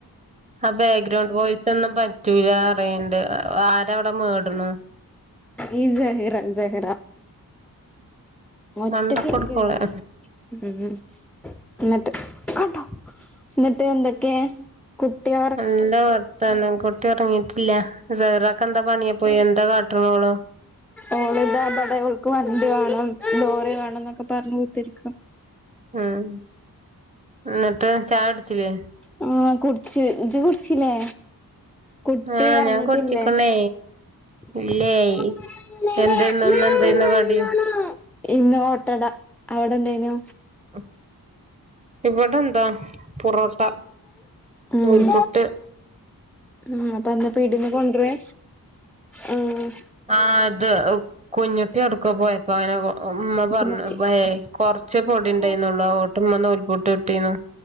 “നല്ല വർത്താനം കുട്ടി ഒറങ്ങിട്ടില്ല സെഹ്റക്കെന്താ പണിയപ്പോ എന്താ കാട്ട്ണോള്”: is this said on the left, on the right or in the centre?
Right